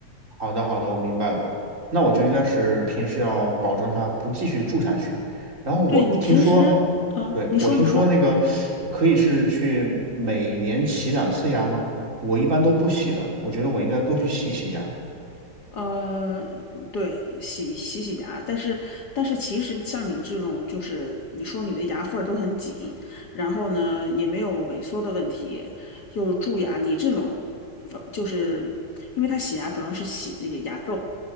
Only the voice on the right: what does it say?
好的，好的，我明白了。那我就应该是平时要保证它不继续住下去。然后我听说，
对，
我听说那个可以是去每年洗两次牙吗？我一般都不洗的，我觉得我应该多去洗洗牙。